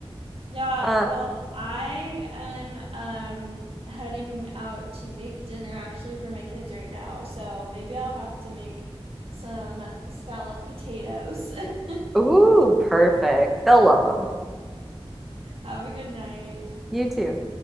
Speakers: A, on the right; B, in the centre.
A: yeah,
B: Uh,
A: well, I am um heading out to make dinner actually for my kids right now, so maybe I'll have to make some scallop potatoes. <laughs>
B: ooh, perfect. They'll love them.
A: Have a good night.
B: You too.